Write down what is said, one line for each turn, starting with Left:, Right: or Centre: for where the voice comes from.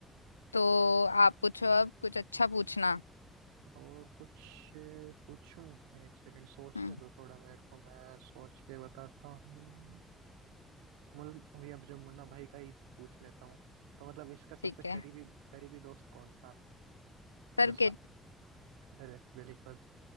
Left: तो आप पूछो अब कुछ अच्छा पूछना
Right: और कुछ पूछूं एक सेकंड सोचने
Left: हम्म
Right: दो थोड़ा मेरे को मैं सोच के बताता हूँ मुल- वही अब जो मुन्ना भाई का ही पूछ लेता हूँ तो मतलब इसका सबसे
Left: ठीक है
Right: करीबी करीबी दोस्त कौन था
Left: सर
Right: जो सा
Left: के
Right: अरे बिल्कुल